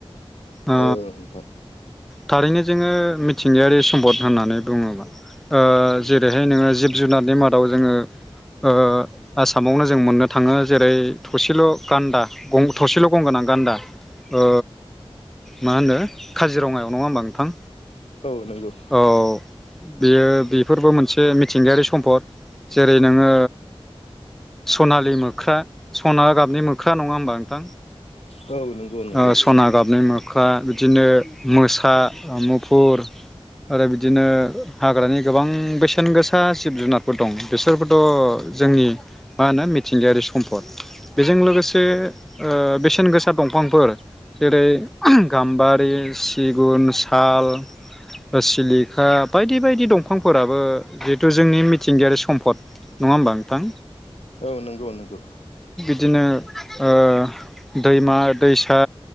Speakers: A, in the centre; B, on the left.
A: ओ
B: औ नोंथां
A: थारैनो जोङो मिथिंगायारि सम्पद होननानै बुङोबा ओ जेरैहाय नोङो जिब जुनारनि मादाव जोङो ओ आसामावनो जों मोननो थाङो जेरै थसेल' गान्दा गं थसेल' गंगोनां गान्दा ओ मा होनो काजिरङायाव नङा होमबा नोंथां?
B: औ नंगौ।
A: औ बेयो बेफोरबो मोनसे मिथिंगायारि सम्पद जेरै नोङो सनालि मोख्रा सना गाबनि मोख्रा नङा होमबा नोंथां?
B: औ नंगौ नंगौ
A: ओ सना गाबनि मो ख्रा बिदिनो मोसा मुफुर आरो बिदिनो हाग्रानि गोबां बेसेन गोसा जिब जुनारफोर दं बिसोरबोथ' जोंनि मा होनो मिथिंगायारि सम्फद बेजों लोगोसे ओ बेसेन गोसा दंफां फोर जेरै गाम्बारि सिगुन साल सिलिखा बायदि बायदि दंफांफोराबो जिहेथु जोंनि मिथिंगायारि सम्फद नङा होमबा नोंथां?
B: औ नंगौ नंगौ।
A: दिनो ओ दैमा दैसा